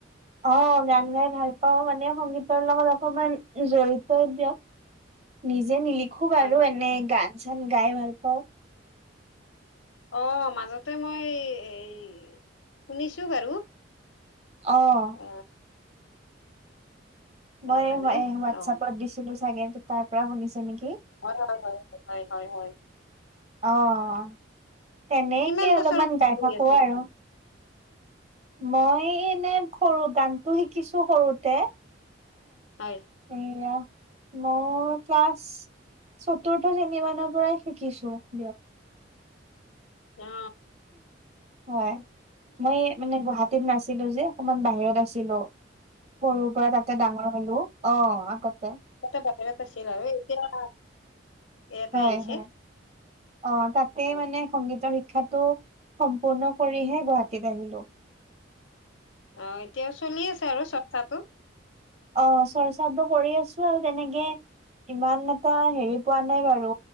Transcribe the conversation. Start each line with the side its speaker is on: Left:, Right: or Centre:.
Right: অ গান গাই ভাল পাও মানে সংগীতৰ লগত অকমান জড়িতই দিয়ক। নিজে নিলিখো বাৰু
Left: হয় হয়
Right: এনে গান চান গাই ভাল পাওঁ।
Left: অ মাজতে মই এই শুনিছোঁ বাৰু।
Right: আহ
Left: অ তাৰমানে
Right: মই হোৱাটছপত
Left: অ
Right: দিছিলো চাগে তাৰ পৰা শুনিছে নেকি?
Left: হয় হয় হয় হয় হয় হয়
Right: আহ তেনেকে
Left: কিমান বছৰৰ
Right: অলপমান
Left: পৰা
Right: গাই
Left: কৰি
Right: থাকো
Left: আছে
Right: আৰু
Left: এতিয়া
Right: মই এনে সৰু গানটো শিকিছো সৰুতে
Left: হয়
Right: এয়া মোৰ ক্লাছ চতুৰ্থ শ্ৰেনি মানৰ পৰাই শিকিছো দিয়ক।
Left: অ
Right: হয় মই মানে গুৱাহাটী নাছিলো যে অকমান বাহিৰত আছিলো সৰু পৰা তাতে ডাঙৰ হ'লো। অ আগত
Left: টা বাহিৰত আছিল আৰু এতিয়া এয়াটে
Right: হয়
Left: আহিছে।
Right: হয় অ তাতে
Left: হয়
Right: মানে সংগীতৰ শিক্ষাত টো সম্পূৰ্ণ কৰিহে গুৱাহাটীলে আহিলো।
Left: অ এতিয়াও চলি আছে আৰু চৰ্চাটো?
Right: অ চৰ্চাতটো পৰি আছে ছো আৰু তেনেকে ইমান এটা হেৰি পোৱা নাই বাৰু